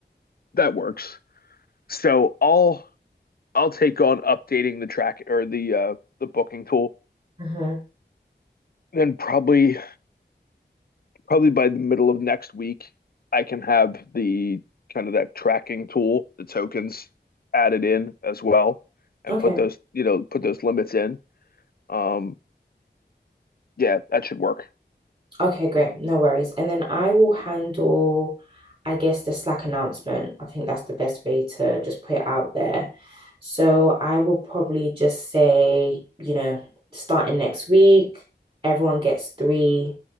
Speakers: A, on the left; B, on the right.
A: That works. So I'll I'll take on updating the track or the uh the booking tool
B: Mm-hmm.
A: then probably probably by the middle of next week, I can have the kind of that tracking tool, the tokens added in as well, and
B: Okay.
A: put those you know put those limits in. Um, yeah, that should work.
B: Okay, great. No worries. And then I will handle, I guess, the Slack announcement. I think that's the best way to just put it out there. So I will probably just say, you know, starting next week, everyone gets three